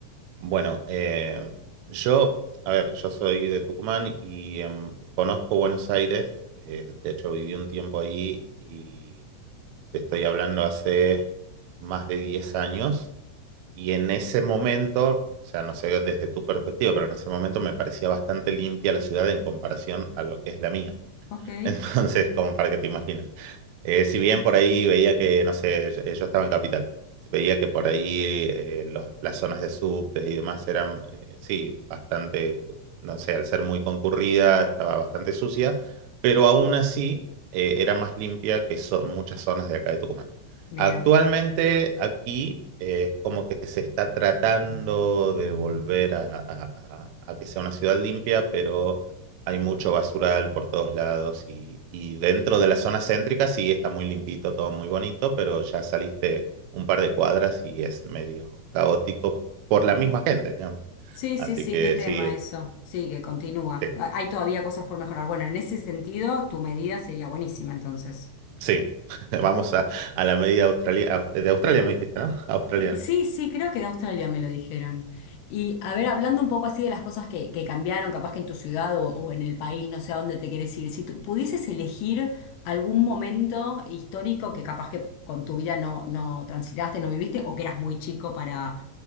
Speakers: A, on the right; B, on the left.
A: Bueno, eh, yo, a ver, yo soy de Tucumán y em, conozco Buenos Aires, eh, de hecho viví un tiempo ahí y te estoy hablando hace más de 10 años. Y en ese momento, o sea, no sé desde tu perspectiva, pero en ese momento me parecía bastante limpia la ciudad en comparación a lo que es la mía.
B: Ok,
A: <laughs> Entonces, como para que te imagines. Eh, si bien por ahí veía que, no sé, yo, yo estaba en Capital, veía que por ahí eh, los- las zonas de subtes y demás eran, eh, sí, bastante, no sé, al ser muy concurrida, estaba bastante sucia, pero aún así eh, era más limpia que son muchas zonas de acá de Tucumán.
B: mira.
A: Actualmente aquí eh, es como que se está tratando de volver a, a a- a que sea una ciudad limpia, pero hay mucho basural por todos lados y, y dentro de la zona céntrica sí está muy limpito, todo muy bonito, pero ya saliste un par de cuadras y es medio caótico por la misma gente, digamos.
B: Sí,
A: Así
B: sí, sí,
A: que
B: qué tema
A: sí,
B: eso. Sí, que continúa.
A: sí,
B: Ha- Hay todavía cosas por mejorar. Bueno, en ese sentido, tu medida sería buenísima entonces.
A: sí. <laughs> Vamos a, a la medida australia, aus- de Australia, me dijiste, ¿no? Australiana.
B: Sí, sí, creo que de Australia me lo dijeron. Y a ver, hablando un poco así de las cosas que, que cambiaron, capaz que en tu ciudad o, o en el país, no sé a dónde te quieres ir, si tú pudieses elegir algún momento histórico que capaz que con tu vida no, no transitaste, no viviste, o que eras muy chico para